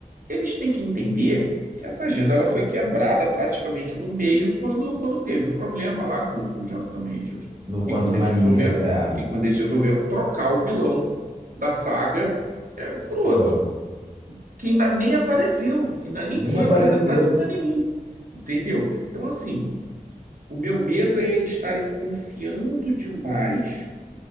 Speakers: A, on the right; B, on the right.
A: eles têm que entender que essa agenda ela foi quebrada praticamente no meio quando, quando teve o problema lá com, com Jonathan Majors.
B: no Quanto
A: E quando
B: Mania.
A: eles resolveram,
B: É,
A: e quando eles resolveram trocar o vilão da saga é, por outro,
B: pô.
A: que ainda nem apareceu, que ainda nem
B: Nem
A: foi
B: apareceu.
A: apresentado em lugar nenhum. Entendeu? Então, assim, o meu medo é eles estarem confiando demais.